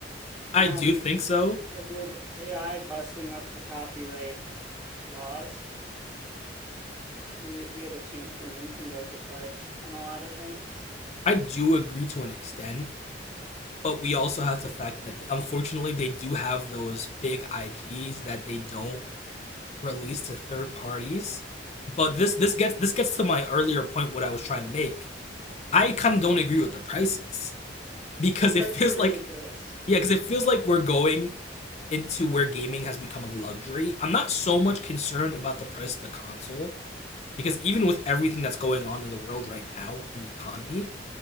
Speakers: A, in the centre; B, on the left.
A: and
B: I do think so.
A: uh, with AI busting up the copyright laws, we we have a chance that Nintendo could budge on a lot of things.
B: I do agree to an extent, but we also have to factor that they, unfortunately they do have those big IPs that they don't released to third parties. But
A: Mm-hmm.
B: this this gets this gets to my earlier point what I was trying to make. I kind of don't agree with the prices because
A: Yeah, the prices
B: it feels
A: are ridiculous.
B: like yeah, because it feels like we're going into where gaming has become a luxury. I'm not so much concerned about the price of the console because even with everything that's going on in the world right now and the economy,